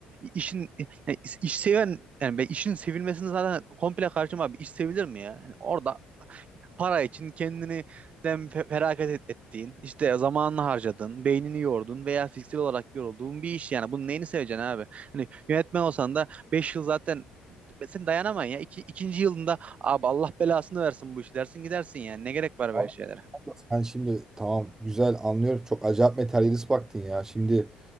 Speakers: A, on the right (about 45°); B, on the right (about 15°).
A: işin e, yani iş seven yani ben işin sevilmesini zaten komple karşıma abi. İş sevilir mi ya? Yani orada para için kendini dem fe- feragat et- ettiğin, işte zamanını harcadın, beynini yordun veya fiziksel olarak yorulduğun bir iş yani. Bunun neyini seveceksin abi? Hani yönetmen olsan da 5 yıl zaten sen dayanamayın ya. İki, ikinci yılında abi Allah belasını versin bu işi dersin gidersin yani. Ne gerek var
B: Allah
A: böyle şeylere?
B: Allah, Sen şimdi tamam güzel anlıyorum. Çok acayip materyalist baktın ya. Şimdi